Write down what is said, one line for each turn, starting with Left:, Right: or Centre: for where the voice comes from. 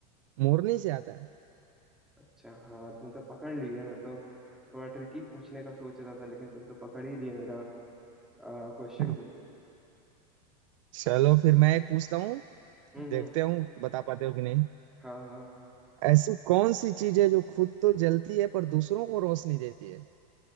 Right: मोरनी से आता है
Centre: अच्छा हाँ तुम तो पकड़ लिए मैं तो थोड़ा ट्रिकी पूछने का सोच रहा था लेकिन तुम तो पकड़ ही लिए मेरा क्वेश्चन
Right: हाँ,
Centre: को
Right: चलो फिर मैं एक पूछता हूँ
Centre: हम्म
Right: देखते
Centre: हम्म
Right: हूँ बता पाते हो कि नहीं
Centre: हाँ हाँ
Right: ऐसी कौन सी चीज है जो खुद तो जलती है पर दूसरों को रोशनी देती है